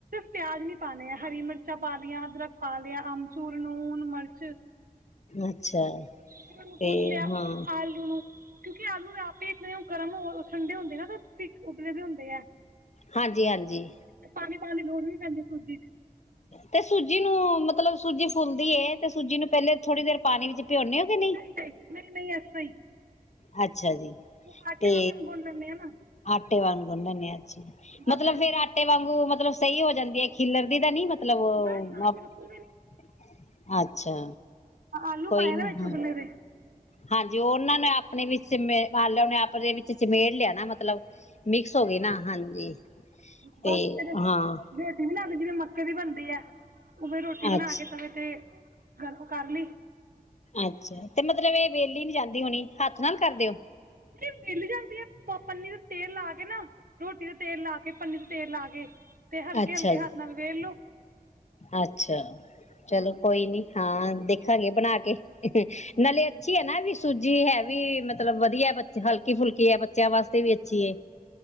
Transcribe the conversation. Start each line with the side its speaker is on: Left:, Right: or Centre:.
Right: ਪਿਆਜ ਨੀ ਪਾਣੇ ਆ ਹਰੀ ਮਿਰਚ ਮਿਰਚਾਂ ਪਾ ਲਿਆਂ ਅਦਰਕ ਪਾ ਲਿਆ ਅਮਚੂਰ ਲੂਣ ਮਿਰਚ
Left: ਅੱਛਾ
Right: ਫਿਰ ਊਨੂੰ
Left: ਤੇ
Right: ਗੁਦ ਲਿਆ
Left: ਹਾਂ
Right: ਆਲੂ ਨੂੰ ਕਿਉਂਕਿ ਆਲੂ ਦੇ ਆਪੇ ਇਤਨ ਗਰਮ ਹੋ ਠੰਡੇ ਹੁੰਦੇ ਨਾ ਤੇ ਉਬਲੇ ਵੀ ਹੁੰਦੇ ਆ
Left: ਹਾਂਜੀ ਹਾਂਜੀ
Right: ਤੇ ਪਾਣੀ ਲੋੜ ਵੀ ਪੈਂਦੇ ਸੂਜੀ ਚ
Left: ਤੇ ਸੂਜੀ ਨੂੰ ਮਤਲਬ ਸੂਜੀ ਫੁੱਲਦੀ ਹੈ ਤੇ ਸੂਜੀ ਨੂੰ ਪਹਿਲੇ ਥੋੜ੍ਹੀ ਦੇਰ ਪਾਣੀ ਵਿੱਚ ਭਿਉਂਨੇ ਹੋ ਕਿ
Right: ਨਹੀਂ ਨਹੀਂ ਨਹੀਂ ਨਹੀਂ ਐਸ ਤਰਹ ਹੀ
Left: ਹਾਂਜੀ ਅੱਛਾ ਜੀ
Right: ਉਹ ਆਟੇ
Left: ਤੇ
Right: ਵਾਕਣ ਗੁੰਨ ਲੈਂਦੇ ਆ ਨਾ
Left: ਆਟੇ ਵਾਂਗ ਗੁਨ ਲੈਨੇ ਆਂ
Right: ਬਸ
Left: ਮਤਲਬ
Right: ਫਿਰ
Left: ਫੇਰ
Right: ਜਿਵੇਂ
Left: ਆਟੇ ਵਾਂਗੂ ਮਤਲਬ ਸਹੀ ਹੋ ਜਾਂਦੀ ਹੈ ਖਿਲਰਦੀ ਤਾਂ ਨਹੀਂ ਅਲ ਉਹ
Right: ਨਾ ਨਾ
Left: ਮ
Right: ਬਿਲਕੁਲ
Left: <inaudible>
Right: ਵੀ
Left: ਅੱਛਾ
Right: ਆਲੂ
Left: ਕੋਈ
Right: ਪਾਏ
Left: ਨੀ
Right: ਨਾ ਵਿੱਚੋਂ
Left: ਹਾਂ।
Right: ਉਬਲੇ ਦੇ
Left: ਹਾਂਜੀ ਉਹਨਾਂ ਨੇ ਆਪਣੇ ਵਿੱਚੇ ਮੰਨ ਲਓ ਨੇ ਉਹਨੇ ਆਪਣੇ ਵਿੱਚ ਚਮੇੜ ਲਿਆ ਨਾ ਮਲਬ ਮਤਲਬ ਮਿਕਸ ਹੋ ਗਏ ਨਾ ਹਾਂਜੀ
Right: ਬਸ
Left: ਤੇ
Right: ਫਿਰ
Left: ਹਾਂ
Right: ਰੋਟੀ ਬਣਾ ਜਿਵੇਂ ਮੱਕੇ ਦੀ ਬਣਦੀ ਹੈ ਉਵੇ ਰੋਟੀ ਬਣਾ
Left: ਅੱਛਾ
Right: ਕੇ ਤਵੇ ਤੇ ਗਰਮ ਕਰ ਲੀ
Left: ਅੱਛਾ ਤੇ ਮਤਲਬ ਇਹ ਵੇਲੀ ਨੀ ਜਾਂਦੀ ਹੋਣੀ ਹੱਥ ਨਾਲ ਕਰਦੇ ਓ
Right: ਨਹੀਂ ਮਿਲ ਜਾਂਦੀ ਹੈ ਪੰਨੀ ਦਾ ਤੇਲ ਲਾ ਕੇ ਨਾ ਰੋਟੀ ਦਾ ਤੇਲ ਲਾ ਕੇ ਪੰਨੀ ਦਾ ਤੇਲ ਲਾ ਕੇ ਤੇ ਹਲਕੇ
Left: ਅੱਛਾ
Right: ਹਲਕੇ
Left: ਜੀ
Right: ਹੱਥ ਨਾਲ ਵੇਲ ਲੋ
Left: ਅੱਛਾ ਚਲੋ ਕੋਈ ਨੀ ਹਾਂ ਦੇਖਾਂਗੇ ਬਣਾ ਕੇ ਨਾਲੇ ਅੱਛੀ ਆ ਨਾ ਵੀ ਸੂਜੀ ਹੈ ਵੀ ਮਤਲਬ ਵਧੀਆ ਬੱਚ ਹਲਕੀ ਫੁਲਕੀ ਹੈ ਬੱਚਿਆਂ ਵਾਸਤੇ ਵੀ ਅੱਛੀ ਹੈ